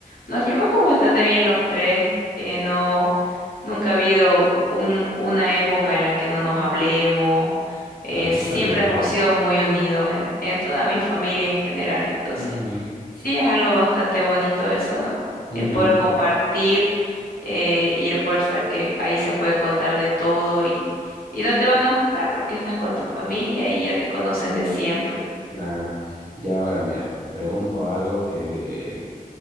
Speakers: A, on the left (about 80°); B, on the right (about 85°).
A: nos llevamos bastante bien los tres. eh, no, nunca ha habido un, una época en la que no nos hablemos. eh,
B: Ah,
A: siempre
B: eso es bien.
A: hemos sido muy unidos en, en toda mi familia en general. Entonces,
B: Ujú,
A: sí es algo bastante bonito eso, ¿no?
B: ujú,
A: El poder compartir eh, y el poder saber que ahí se puede contar de todo y, y no te van a juzgar porque estás con tu familia y ya te conocen de siempre.
B: Claro. Y ahora, mira, te pregunto algo que,